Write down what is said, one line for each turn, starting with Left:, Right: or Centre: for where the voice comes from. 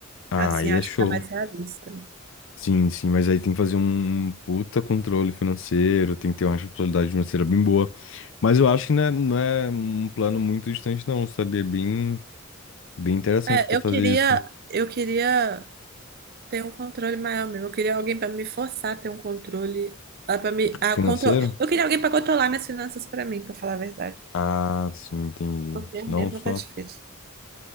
Left: ah,
Right: Assim,
Left: aí
Right: acho
Left: é show.
Right: que é mais realista.
Left: Sim, sim, mas aí tem que fazer um um puta controle financeiro, tem que ter uma responsabilidade financeira bem boa. Mas eu acho que não é, não é um plano muito distante, não, sabe? É bem, bem interessante
Right: É,
Left: até
Right: eu
Left: fazer
Right: queria,
Left: isso.
Right: eu queria ter um controle maior mesmo. Eu queria alguém para me forçar a ter um controle, para me a
Left: Financeiro?
Right: control... Eu queria alguém para controlar minhas finanças para mim, para falar a verdade.
Left: Ah, sim, entendi.
Right: Porque eu
Left: Não
Right: mesma
Left: só.
Right: tá difícil.